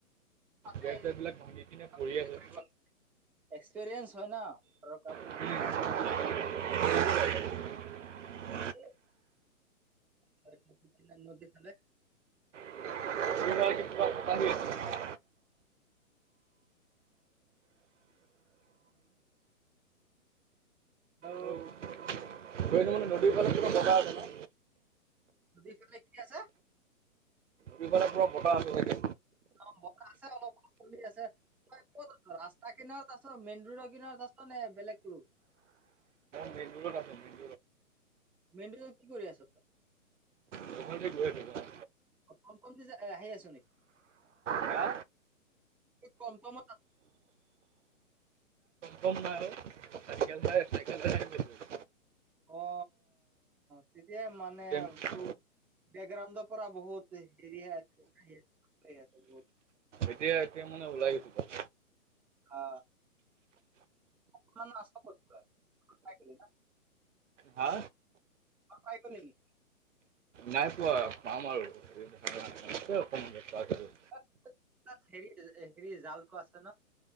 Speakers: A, in the centre; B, on the right.
A: আছে
B: বেৰ- চেৰ বিলাক ভাঙি কিনে পৰি
A: নিজে
B: আছে।
A: কৰিব লাগে। এক্সপিৰিয়েঞ্চ হয় না ঘৰৰ কাম
B: <unintelligible>
A: <unintelligible> <unintelligible> নদিফালে।
B: <unintelligible>
A: ত
B: <unintelligible> নদীৰ ফালে কিবা <unintelligible> আছেনে?
A: নদীফালে কি আছে?
B: দুই ফালে পুৰা বতাহ আছে চাগে।
A: অ, বতাহ আছে অলপ কোঁৱলি আছে। তই ক'ত আছ ৰাস্তা কিনাৰত আছ মেইন ৰোডৰ কিনাৰত আছ নে বেলেগ ক্লু?
B: মেন ৰোদত আছো <unintelligible>
A: মেন ৰোদত কি কৰি আছ তই?
B: <unintelligible>
A: টম টম দিছে এ আহি আছ নি?
B: হা
A: কি টম টমত আ
B: বম মাৰে অ। চাইকেল চাই চাইকেল <unintelligible>
A: অ, তেতিয়া মানে
B: আছোঁ।
A: <unintelligible> বেকগ্ৰাউণ্ড পৰা বহুত এ হেৰিয়ে আছে আহি আছে <unintelligible> বহুত।
B: এতিয়া -এতিয়া মানে ওলাই <unintelligible>
A: আ অ, মানে আছ ক'ত তই <unintelligible> না।
B: হা?
A: অ পাই গলি নেকি?
B: নাই পোৱা পাম আৰু আছে অকমানি পাই গৈছো।
A: <unintelligible> সেত হেৰি হেৰি জালটো আছে ন